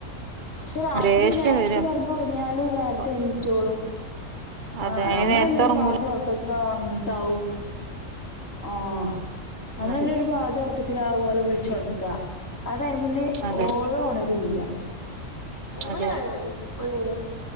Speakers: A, on the left (about 80°); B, on the right (about 40°).
A: പക്ഷെ രാത്രി
B: ദേഷ്യം
A: നേരത്ത്
B: വരും
A: കെടന്നുറങ്ങിയാല് നേരത്തെ
B: അപ്പൊ
A: എണീറ്റോളും
B: അതെ
A: ആഹ്
B: അയിന്
A: നമ്മളന്നെ
B: നേരത്തെ
A: ഒരു
B: ഉറങ്ങൂല
A: പാതി ഉറക്കതിന്ന് ഒണർന്നിട്ടാവും ആഹ് നമ്മളന്നെ
B: അതെ
A: ഒരു പാതിഉറക്കത്തിലാവു ഓലെ വിളിച്ചൊണ ർത്തുക ആ ടൈമില്
B: അതെ
A: ഓള് ഒണരൂല <unintelligible>
B: അതെ
A: ഴിഞ്ഞോ